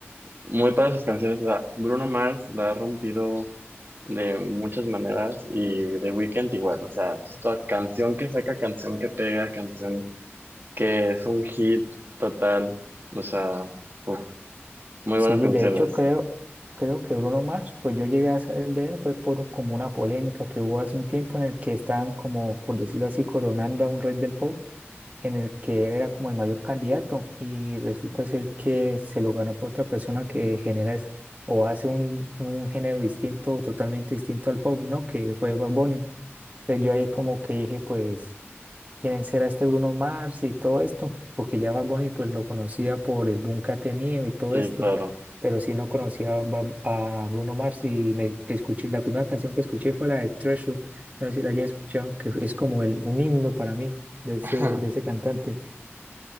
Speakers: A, on the right (about 50°); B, on the right (about 35°).
A: muy para sus canciones. La- Bruno Mars la ha rompido de muchas maneras y The Weeknd igual, o sea, es toda canción que saca, canción que pega, canción. que es un hit total, o sea, uf, muy
B: Sí,
A: buenas canciones,
B: de hecho creo, creo que Bruno Mars, pues yo llegué a saber de él, fue por como una polémica que hubo hace un tiempo en el que estaban como, por decirlo así, coronando a un rey del pop, en el que él era como el mayor candidato y resulta ser que se lo ganó por otra persona que genera es- o hace un, un género distinto, totalmente distinto al pop, ¿no? Que fue Bad Bunny. Entonces yo ahí como que dije, pues quién será este Bruno Mars y todo esto, porque ya Bad Bunny pues lo conocía por el boom que ha tenido y todo
A: sí,
B: esto,
A: claro.
B: pero sí no conocía a, Bad- a Bruno Mars y me escuché, la primera canción que escuché fue la de Treasure, no sé si la hayas escuchado, que es como el, un himno para mí de ese,
A: <laughs>
B: de ese cantante.